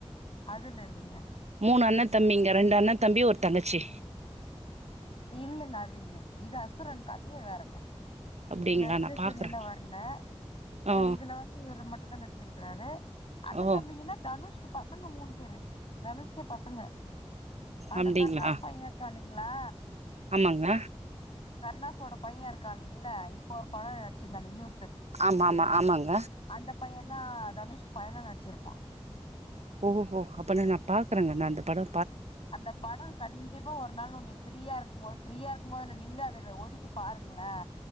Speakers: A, on the left (about 55°); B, on the right (about 80°).
A: அதுல்ல இல்லிங்க
B: மூணு அண்ண தம்பிங்க ரெண்டு அண்ண தம்பி ஒரு தங்கச்சி
A: இல்லங்க அது இல்ல இது அசுரன் கதையே வேறங்க
B: அப்டிங்களா?
A: இதுல எஸ்
B: நான்
A: ஜே சூர்யாலா
B: பாக்குறேன்.
A: வர்ல ஆ
B: ஓ!
A: இதுல வந்து இவரு மட் டுதா நடிச்சிர்க்குறாரு அண்ண
B: ஓ!
A: தம்பிங்கனா தனுஷ்க்கு பசங்க மூண் பேரு தனுஷ்க்கே பசங்க அந்த
B: அப்டிங்களா?
A: கர்ணாஸ் பைய இருக்காலிங் ங்ளா
B: ஆமாங்க
A: கர்ணாஸ் ஓட பைய இருக்காலிங் இல்ல இப்பொ ஒரு படொ நடிச்சிர்ந்தானே யூ
B: ஆம்மாமா ஆமாங்
A: அந்த பய நா தனுஷ்க் பயனா நட்ச்சிருப்பா
B: ஓஹோ அப்பனா நா பாக்குறங்க நா அந்த படோ
A: அந்த படொ கண்டிப்பா ஒரு நாள் ஒன்னி ஃப்ரீயா இருக்குமோது ஃப்ரீயா இருக்கும்மோது இல்ல நீங்ளே அதுல ஒதுக்கி பாருங்ள